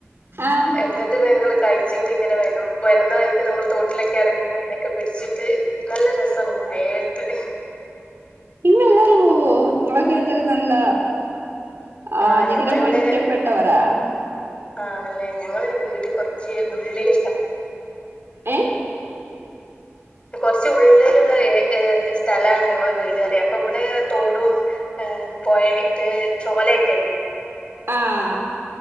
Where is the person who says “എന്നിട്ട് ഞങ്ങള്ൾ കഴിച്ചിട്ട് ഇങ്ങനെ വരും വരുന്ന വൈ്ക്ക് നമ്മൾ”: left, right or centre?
Left